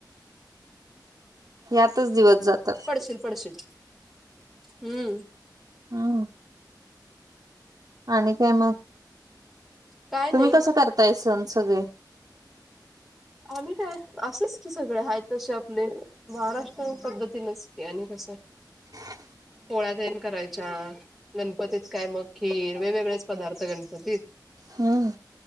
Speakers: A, on the right; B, in the centre.
A: यातच दिवस.... जातात
B: पडशील पडशील हम्म!
A: हम! आणि काय मग?
B: काय नाही
A: तुम्ही कसं करताय सण सगळे?
B: आम्ही काय असंच की सगळे आहेत तसे आपले. महाराष्ट्र पद्धतीनच की आणि कसं?
A: ह.
B: पोळ्या तेन करायच च्या गणपतीत काय मग खीर वेगवेगळेच पदार्थ गणपतीत
A: हम्म!